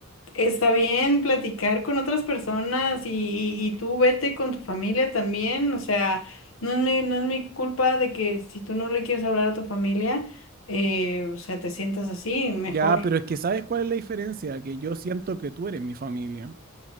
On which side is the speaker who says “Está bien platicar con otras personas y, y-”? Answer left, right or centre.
Left